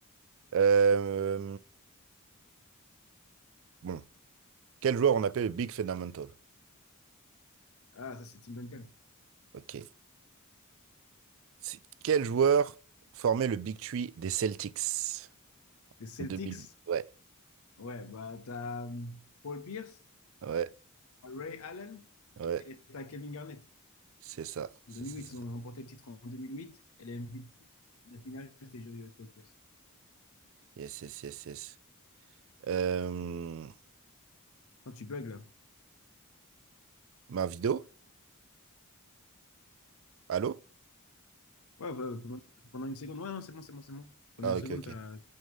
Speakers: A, on the right (about 60°); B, on the left (about 75°).
A: Euh, bon. Quel joueur on appelle le Big Fundamental?
B: Ah, ça c'est Tim Duncan.
A: Ok. C'est- Quel joueur formait le Big Tree des Celtics?
B: Les Celtics.
A: deux mille huit. ouais
B: Ouais, bah, t'as euh, Paul Pierce,
A: Ouais,
B: Ray Allen
A: ouais,
B: et t'as Kevin Garnett.
A: c'est ça, c'est
B: En deux mille
A: ça,
B: huit,
A: c'est
B: ils
A: ça.
B: ont remporté le titre en 2008 et les MVP de la finale, c'était joué Paul Pierce.
A: Yes, yes, yes, yes. Euh,
B: Quand tu bugs là.
A: ma vidéo? Allô?
B: Ouais, bah, pendant pendant une seconde. Ouais, non, c'est bon, c'est bon, c'est bon. Pendant
A: Ah,
B: une seconde,
A: ok, ok.
B: t'as